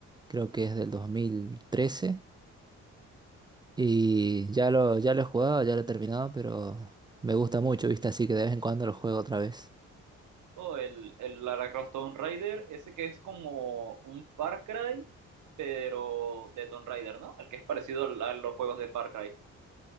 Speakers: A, on the right; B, on the right.
A: creo que es del 2013 y ya lo, ya lo he jugado, ya lo he terminado, pero me gusta mucho, ¿viste? Así que de vez en cuando lo juego otra vez.
B: Oh, el, el Lara Croft Tomb Raider, ese que es como un Far Cry, pero de Tomb Raider, ¿no? El que es parecido al- a los juegos de Far Cry.